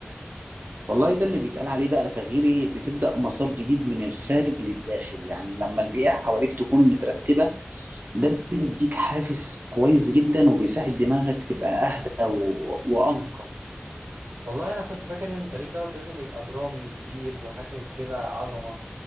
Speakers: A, on the right; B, on the right.
A: والله ده اللي بيتقال عليه بقى تغييري بتبدأ مسار جديد من الخارج للداخل يعني لما البيئة حواليك تكون مترتبة ده بيديك حافز كويس جدا وبيساعد دماغك تبقى أهدى و... وأنقى
B: والله انا كنت فاكر ان التغيير دوت لازم يبقى درامي وكبير وحاجه كده عظمه